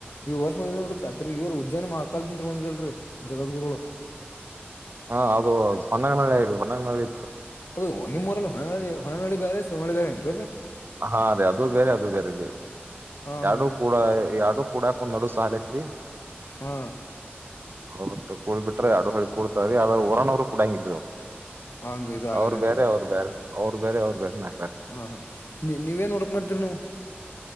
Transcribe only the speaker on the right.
ಹಾ ಅದು ಹೊನ್ನಗ ನಳಿ ಆಐರಿ ಹೊನ್ನಗ ನಳ್ಳಿ
ಹಾ ರೀ ಅದು ಬೇರೆ ಅದು ಬೇರೆ ರೀ
ಎರಡು
ಕೂಡ ಎರಡು ಕೂಡ ಒಂದ ನಡು ಸಾಲ ಐತ್ರಿ
ಹ ಬಿಟ್ಟ ಕೂ ಬಿಟ್ರೆ ಅಡು ಹುಿ ಕೂಡ್ತಾವ್ರ ಆದ್ರ ಒರೋ್ರು ಕಡಂಗಲ್ರಿ ಅವರು
ಅವರು ಬೇರೆ ಅವರು ಬೇರೆ ಅವರು ಬೇರೆ ಅವರು ಬೇರೆ ನ